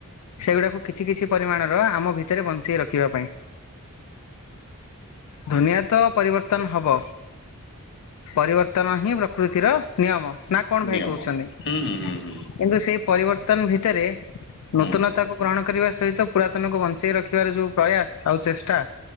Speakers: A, on the left; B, on the left.
A: ସେଗୁଡାକୁ କିଛି କିଛି ପରିମାଣ ର, ଆମ ଭିତରେ ବଞ୍ଚେଇ ରଖିବା ପାଇଁ। ଦୁନିଆଁ ତ ପରିବର୍ତ୍ତନ ହବ, ପରିବର୍ତ୍ତନ ହିଁ ପ୍ରକୃତିର ନିୟମ ନା କଣ ଭାଇ
B: ନିୟମ
A: କହୁଛନ୍ତି କିନ୍ତୁ
B: ହୁଁ ହୁଁ ହୁଁ ହୁଁ
A: ସେଇ ପରିବର୍ତ୍ତନ ଭିତରେ
B: ହୁଁ
A: ନୂତନତାକୁ ଗ୍ରହଣ କରିବା ସହିତ ପୁରାତନକୁ ବଞ୍ଚେଇ ରଖିବାର ଯୋଉ ପ୍ରୟାସ ଆଉ ଚେଷ୍ଟା